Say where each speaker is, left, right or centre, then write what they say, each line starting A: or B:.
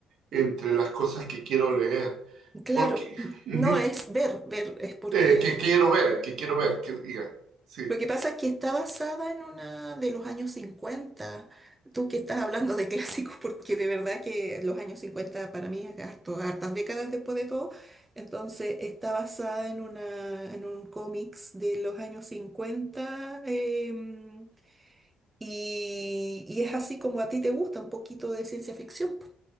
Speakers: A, on the right (about 70°); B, on the right (about 20°).
A: entre las cosas que quiero leer,
B: Claro,
A: porque ujú,
B: no es ver, ver, es porque
A: eh, que quiero ver, que quiero ver, que diga, sí.
B: lo que pasa es que está basada en una de los años cincuenta Tú que estás hablando de clásicos, porque de verdad que los años 50 para mí es harto, hartas décadas después de todo. Entonces está basada en una, en un cómics de los años cincuenta em, Y, y es así como a ti te gusta un poquito de ciencia ficción. po.